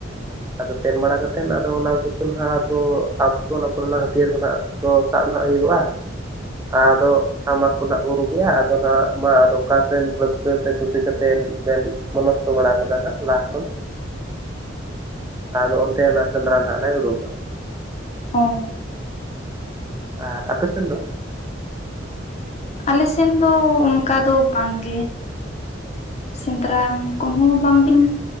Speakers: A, on the right (about 15°); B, on the left (about 35°).
A: ᱟᱫᱚ ᱛᱮᱱ ᱵᱟᱲᱟ ᱠᱟᱛᱮᱱ ᱟᱫᱚ ᱚᱱᱟ ᱠᱚᱛᱮ ᱱᱷᱟᱜ ᱟᱫᱚ ᱟᱯᱚᱱ ᱟᱯᱚᱱ ᱚᱱᱟ ᱦᱟᱹᱛᱭᱟᱹᱨ ᱠᱚ ᱱᱷᱟᱜ ᱟᱫᱚ ᱥᱟᱵ ᱱᱷᱟᱜ ᱦᱩᱭᱩᱜᱼᱟ ᱾ ᱟᱫᱚ ᱴᱟᱢᱟᱠ ᱠᱚ ᱱᱷᱟᱜ ᱠᱚ ᱨᱩᱜᱮᱭᱟ ᱟᱫᱚ ᱱᱷᱟᱜ ᱢᱟ ᱟᱫᱚ ᱚᱠᱟᱥᱮᱱ ᱨᱟᱹᱥ ᱨᱟᱹᱥᱟᱹ ᱥᱮ ᱠᱩᱥᱤ ᱠᱟᱛᱮ ᱵᱮᱱ ᱢᱚᱱᱚᱥᱛᱚ ᱵᱟᱲᱟ ᱠᱟᱫᱟ ᱱᱟᱦᱟᱜ ᱞᱟᱦᱟ ᱠᱷᱚᱱ ᱟᱫᱚ ᱚᱱᱛᱮ ᱱᱟᱜ ᱥᱮᱸᱫᱽᱨᱟ ᱱᱟᱦᱟᱸᱜ ᱞᱮ ᱩᱰᱩᱠᱚᱜᱼᱟ᱾
B: ᱦᱳᱭ᱾
A: ᱟᱨ ᱟᱯᱮ ᱥᱮᱱ ᱫᱚ?
B: ᱟᱞᱮ ᱥᱮᱱ ᱫᱚ ᱚᱱᱠᱟ ᱫᱚ ᱵᱟᱝ ᱜᱮ᱾ ᱥᱮᱸᱫᱽᱨᱟ ᱠᱚᱦᱚᱸ ᱵᱟᱝ ᱞᱤᱧ